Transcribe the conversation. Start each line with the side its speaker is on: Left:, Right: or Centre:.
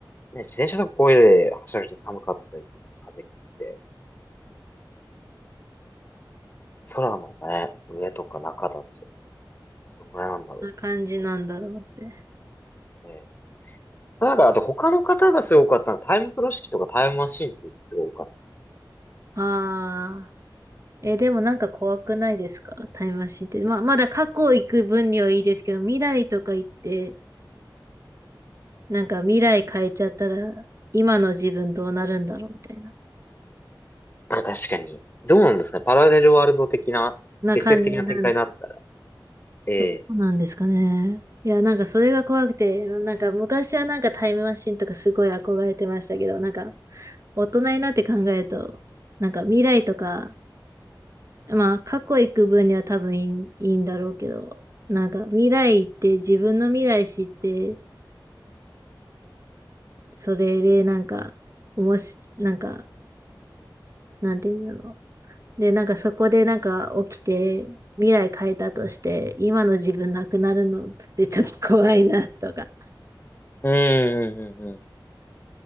Left: ね、自転車とかこういうで走ると寒かったりする風切って、空のね、上とか中だとどんぐらいなんだろうと思ったりと
Right: こんな感じなんだろうって。
Left: かね。なんかあと他の方がすごかったのはタイム風呂敷とかタイムマシーンってすごい多かっ
Right: ああ。え、でもなんか怖くないですかタイムマシンって。まあ、まだ過去行く分にはいいですけど、未来とか行って、なんか未来変えちゃったら、今の自分どうなるんだろうみたいな、
Left: た。だから確かに、どうなんですかね、パラレルワールド的な、
Right: な感じなんですけ
Left: SF 的な展開になったら。ええ。
Right: ど、どうなんですかね。いや、なんかそれが怖くて、なんか昔はなんかタイムマシンとかすごい憧れてましたけど、なんか大人になって考えると、なんか未来とか、まあ過去行く分には多分いい、いいんだろうけど、なんか未来行って自分の未来知って、それでなんか、おもし、なんか、なんて言うんだろう。で、なんかそこでなんか起きて、未来変えたとして、今の自分なくなるのってちょっと怖いなとか。
Left: うん、うん、うん、うん。